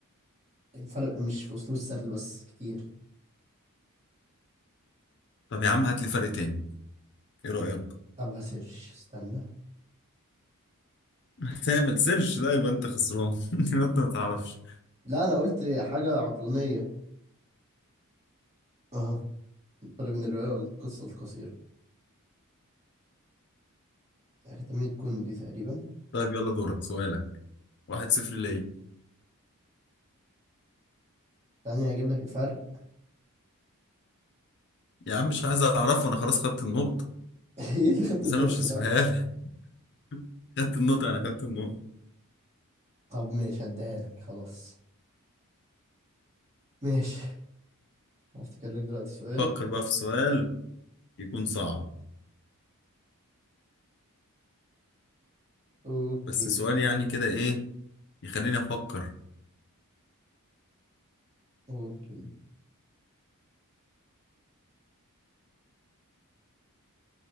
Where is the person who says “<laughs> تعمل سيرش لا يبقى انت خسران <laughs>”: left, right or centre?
Left